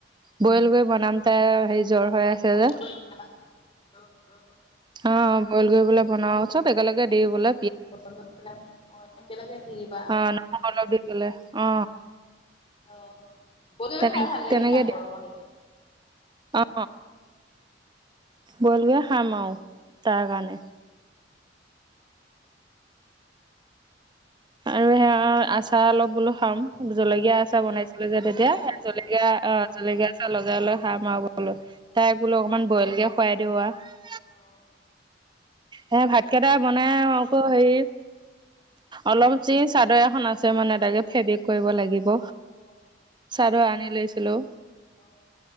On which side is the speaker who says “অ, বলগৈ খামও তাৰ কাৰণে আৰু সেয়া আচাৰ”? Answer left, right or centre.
Right